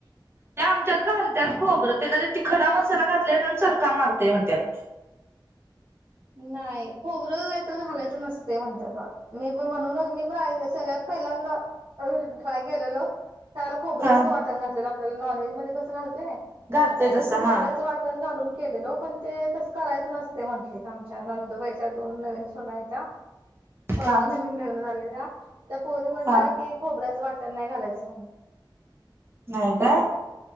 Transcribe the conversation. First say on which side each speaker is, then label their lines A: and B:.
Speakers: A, on the right; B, on the right.
A: नाही आमच्यात घालत्यात खोबरं, त्यान ते खडा मसाला घातल्यागत चरका मारतय म्हणत्यात.
B: नाही खोबरं नाहीतर घालायचं नसते म्हणतात पहा. मी पण म्हणूनच, मी पण सगळ्यात पहिल्यांदा ट्राय केलेलो - त्यावेळेला खोबर्याचच
A: हा
B: वाटण घातलेलं ला नॉनव्हेज मध्ये कस घालतोय ना
A: घालतय तसं
B: तस खोबऱ्याचं
A: हा
B: वाटण घालून केलेलो, पण ते तसं करायचं नसते म्हंटले. आमच्या नंदुबाईच्या दोन नवीन सुना आहे त्या परवा
A: हा
B: नवीन लग्न झालेल्या. <inaudible> त्या पोरी म्हणताय
A: हा
B: की खोबर्याचं वाट तर नाही घालायचं
A: नाही काय?